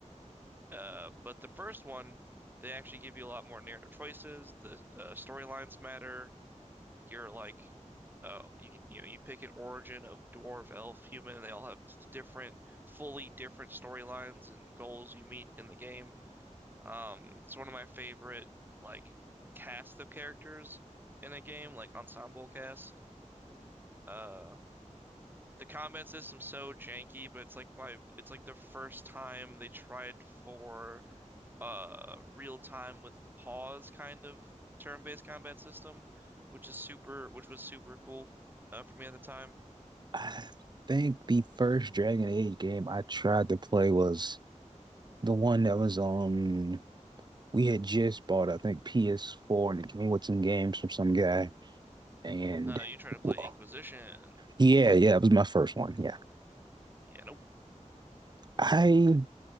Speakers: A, on the right; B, on the right.
A: Uh, but the first one, they actually give you a lot more narrative choices. The uh, storylines matter. You're like, uh, you can you know you pick an origin of dwarf, elf, human. and They all have different, fully different storylines and goals you meet in the game. Um, it's one of my favorite like cast of characters in a game, like ensemble cast. Uh, the combat system's so janky, but it's like my it's like the first time they tried for uh real time with pause kind of turn-based combat system, which is super which was super cool uh, for me at the time.
B: I think the first Dragon Age game I tried to play was the one that was on. We had just bought, I think, PS4, and it came with some games from some guy. And
A: Uh, you try to play
B: w-
A: Inquisition.
B: yeah, yeah, it was my first one. Yeah,
A: Yeah, nope.
B: I